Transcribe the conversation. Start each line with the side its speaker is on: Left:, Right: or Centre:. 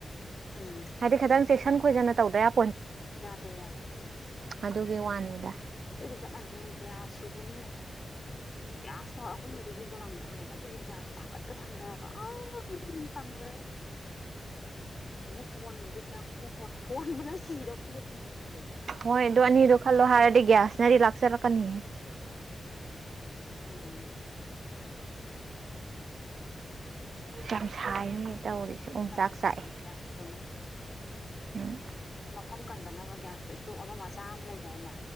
Left: ꯎꯝ
Right: ꯍꯥꯏꯗꯤ ꯈꯤꯇꯪ ꯏꯁꯟ ꯈꯣꯏꯖꯅ ꯇꯧꯗꯕ
Left: ꯌꯥꯗꯦ ꯌꯥꯗꯦ
Right: ꯑꯗꯨꯒꯤ ꯋꯥꯅꯤꯗ
Left: ꯑꯗꯨꯗꯤ ꯆꯃꯥꯅꯤꯒ ꯁꯤꯖꯅꯦ ꯒ꯭ꯌꯥꯁꯇꯣ ꯑꯩꯈꯣꯏꯅ ꯑꯗꯨꯁꯨ ꯗꯣꯂꯥꯟ ꯃꯊꯛꯅꯦꯕ ꯑꯗꯨꯒꯤ ꯒ꯭ꯌꯥꯁꯇꯣ ꯊꯥꯡꯒꯠꯀ ꯊꯥꯡꯊꯔꯒ ꯇꯝꯈꯔꯦ ꯑꯃꯨꯛ ꯍꯣꯟꯗꯤ ꯒꯌꯥ ꯍꯣꯟ ꯍꯣꯟꯕꯅ ꯁꯤꯗꯧ ꯄꯌꯦ ꯄꯨꯟꯁꯤꯁꯦ
Right: ꯍꯣꯏ ꯑꯗꯨ ꯑꯅꯤꯗꯨ ꯈꯜ ꯂꯣ
Left: ꯀꯗꯥꯏꯗꯒꯤ
Right: ꯍꯥꯔꯗꯤ ꯭ꯌꯥꯁꯅꯦꯗꯤ ꯂꯥꯛꯁꯔꯥꯛꯀꯅꯤꯦ
Left: ꯎꯝ
Right: ꯌꯥꯝ ꯁꯥꯏꯅꯤ ꯇꯧꯔꯤꯁ
Left: ꯈꯨꯠ
Right: ꯑꯣꯝꯆꯥꯛ
Left: ꯆꯥꯛꯂꯛꯀꯗꯣꯏꯅꯤ
Right: ꯆꯥꯛꯑꯦ
Left: ꯒ꯭ꯌꯥꯁꯇꯨꯅ
Right: ꯎꯝ
Left: ꯃꯐꯝ ꯀꯟꯗꯅꯕ ꯒ꯭ꯌꯥꯁꯇꯣ ꯏꯁꯇꯣꯞ ꯑꯃ ꯃꯆꯥ ꯑꯃ ꯂꯩꯗꯥꯏꯅꯦ